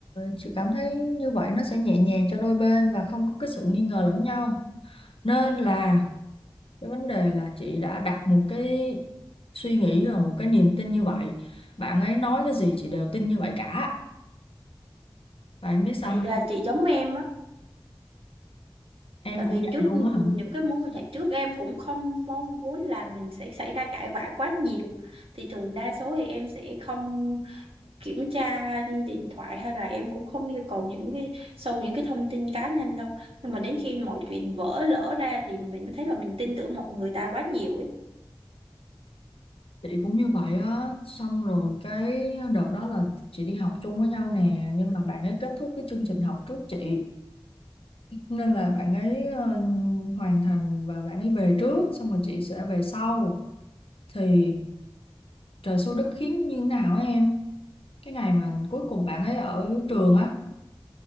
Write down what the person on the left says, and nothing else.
chị cảm thấy như vậy nó sẽ nhẹ nhàng cho đôi bên và không có cái sự nghi ngờ lẫn nhau nên là cái vấn đề là chị đã đặt một cái suy nghĩ và một cái niềm tin như vậy bạn ấy nói cái gì chị đều tin như vậy cả và em biết sao
không?
Em
cũng vậy
luôn
á hả?
Chị cũng như vậy á, xong rồi cái đợt đó là chị đi học chung với nhau nè, nhưng mà bạn ấy kết thúc cái chương trình học trước chị. Nên là bạn ấy ờ, hoàn thành và bạn ấy về trước, xong rồi chị sẽ về sau. Thì trời xui đất khiến như nào á em? Cái ngày mà cuối cùng bạn ấy ở trường á,